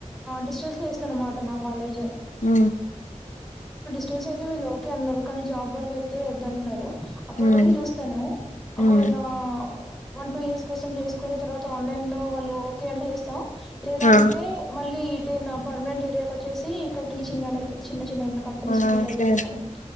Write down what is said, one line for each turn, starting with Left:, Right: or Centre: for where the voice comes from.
Centre: డిస్టెన్స్ లో వేస్తాను అన్నమాట నా కాలేజ్
Left: ఆ
Centre: స్టెంట్స్ అయితే వీళ్ళ ఓకే అన్నారు కానీ జాబ్ వరకు అయితే వద్దంటున్నారు అప్పటి
Left: హ్మ్.
Centre: వరకు చూస్తాను
Left: హ్మ్.
Centre: ఒకవేళ వన్ టూ ఇయర్స్ కోసం చేసుకుొని తర్వాత ఆన్లైన్ లో వాళ్ళు ఓకే అంటే చేస్తాం లేదంటే
Left: ఆ!
Centre: మళ్ళీ నా పర్నమెం ఏరియాకి వచ్చేసి ఇక్కడ టీచి అన చిన్న చిన్న ఏమైనా కంపెనీస్
Left: ఆే
Centre: ఉంటే ట్రై చేద్దామని